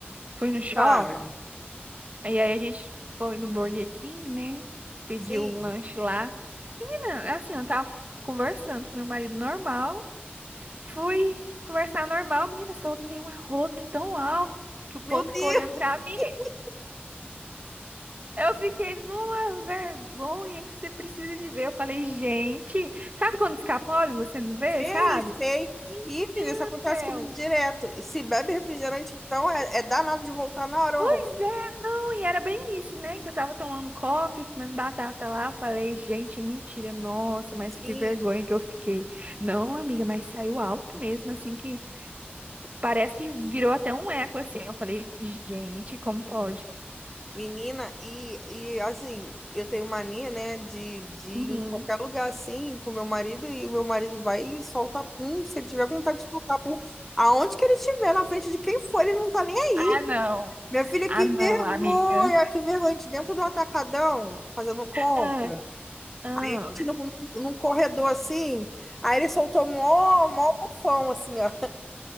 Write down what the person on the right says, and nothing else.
Fui no shopping,
e aí a gente foi no Burger King, né? Pediu
um lanche lá. Menina, assim, eu tava conversando com meu marido normal, fui conversar normal, menina, soltei um arroto tão alto que o povo
ficou
olhando pra mim.
Eu fiquei numa vergonha que você precisa de ver. Eu falei, gente, sabe quando escapole e você não vê,
sabe?
meu
Theo.
Pois
é, não, e era bem isso, né? Que eu tava tomando coca e comendo batata lá. Eu falei, gente, mentira, nossa, mas
que vergonha que eu fiquei. Não, amiga, mas saiu alto mesmo, assim, que parece que virou até um eco, assim. Eu falei, gente, como pode?
Uhum.
Ah, não.
Ah,
não,
amiga.
Ah, ah.